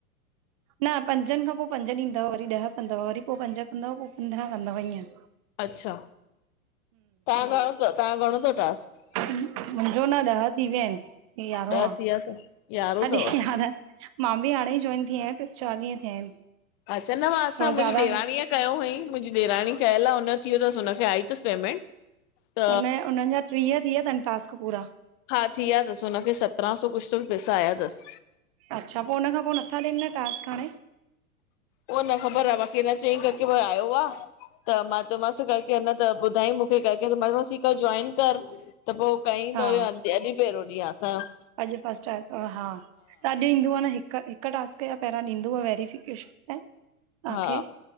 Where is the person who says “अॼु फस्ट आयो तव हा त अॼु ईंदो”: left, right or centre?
Right